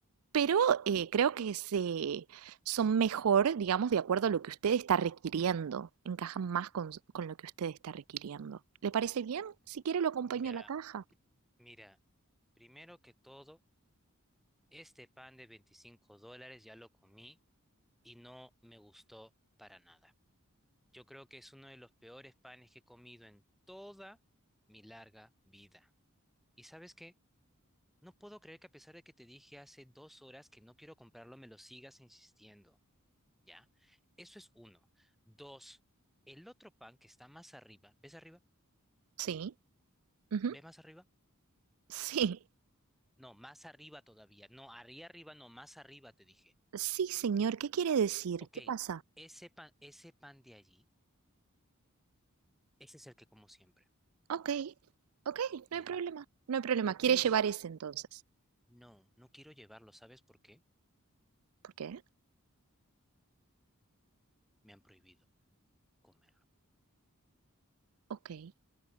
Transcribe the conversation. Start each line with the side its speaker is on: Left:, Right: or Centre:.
Right: pero eh, creo que se, son mejor, digamos, de acuerdo a lo que usted está requiriendo. Encajan más con, con lo que usted está requiriendo. ¿Le parece bien? Si quiere, lo acompaño
Centre: Mira,
Right: a la caja.
Centre: mira, primero que todo, este pan de 25 dólares ya lo comí y no me gustó para nada. Yo creo que es uno de los peores panes que he comido en toda mi larga vida. ¿Y sabes qué? No puedo creer que a pesar de que te dije hace dos horas que no quiero comprarlo, me lo sigas insistiendo, ¿ya? Eso es uno. Dos, el otro pan que está más arriba, ¿ves arriba?
Right: Sí. ujú,
Centre: ¿Ves más arriba?
Right: Sí.
Centre: No, más arriba todavía. No, arriba arriba, no, más arriba te dije.
Right: Sí, señor. ¿Qué quiere decir?
Centre: Ok,
Right: ¿Qué pasa?
Centre: ese pan, ese pan de allí, ese es el que como siempre,
Right: Ok. Ok,
Centre: ¿ya?
Right: no hay problema. No hay problema. ¿Quiere
Centre: Pero
Right: llevar ese entonces?
Centre: no, no quiero llevarlo, ¿sabes por qué?
Right: ¿Por qué?
Centre: Me han prohibido comer.
Right: Ok. eh,